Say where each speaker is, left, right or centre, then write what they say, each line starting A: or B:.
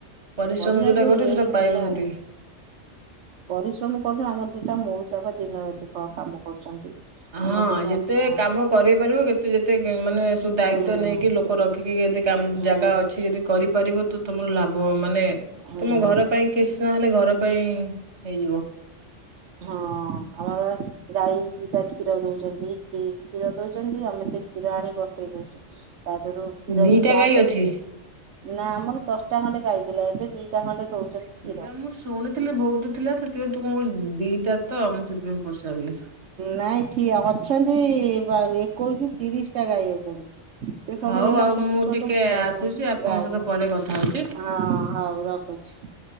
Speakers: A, on the right; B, on the right.
A: ପରିଶ୍ରମ
B: ପରିବା
A: ଯୋଉଟା
B: ଯୋଉ
A: କରିବ
B: ରେଟ
A: ସେଇଟା ପାଇବ
B: ହେଲାଣି
A: ସେତିକି।
B: ପରିଶ୍ରମ କରୁଚୁ ଆମର ଦିଟା ମଉସା ବା ଦିନରାତି କାମ କରୁଛନ୍ତି।
A: ହଁ
B: ଆମର ଦିଟା
A: ଯେତେ
B: ଅଛି
A: କାମ କରେଇ ପାରିବ କେତେ ଯେତେ ମାନେ ସବ ଦାୟିତ୍ଵ
B: ହଁ ହୁଁ
A: ନେଇକି ଲୋ କୁ ରଖିକି ଯଦି
B: ହୁଁ
A: ଜାଗା ଅଛି ଯଦି କରିପାରିବ ତ ତୁମର ଲା ଭ ମାନେ
B: ହୁଁ।
A: ତୁମ ଘର ପାଇଁ କିଛି ନହେଲେ ଘର ପାଇଁ ହେଇଯିବ।
B: ହଁ ଆମର ବା ଗାଈ ଦିଟା କ୍ଷୀର ଦଉଛନ୍ତି କ୍ଷୀର ଦଉଛନ୍ତି ଆମେ ସେ କ୍ଷୀର ଆଣି ବସେଇ ଦଉଛୁ ତା ଦେହରୁ କ୍ଷୀର
A: ଦିଟା
B: ବି ଚାହା
A: ଗାଈ
B: କରି
A: ଅଛି।
B: ନା ଆମର ଦଶଟା ଖଣ୍ଡେ ଗାଇଥିଲା ଏବେ ଦିଟା ଖଣ୍ଡେ ଦଉଛନ୍ତି କ୍ଷୀର।
A: ସେଇଆ ମୁଁ ଶୁଣିଥିଲି ବହୁତ ଥିଲେ ସେଥିପାଇଁ ତୁ କଣ କହିଲୁ ଦିଟା ତ ମୁଁ ସେଥିପାଇଁ ପଚାରିଲି।
B: ନାଇଁ ଠି ଅଛନ୍ତି ଏକୋଇଶ ତିରିଶ ଟା ଗାଈ ଅଛନ୍ତି। ସେ ସବୁ
A: ହଉ
B: ଏଇନା
A: ଆଉ
B: ଛୋଟ
A: ମୁଁ
B: ଛୋଟ
A: ଟିକେ
B: ସବୁ
A: ଆସୁଛି ଆପଣଙ୍କ
B: ଗାଈ
A: ସହିତ
B: ପା
A: ପରେ କଥା ହଉଛି।
B: ହଁ ହଉ ରଖୁଛି। ଚ୍ଛା।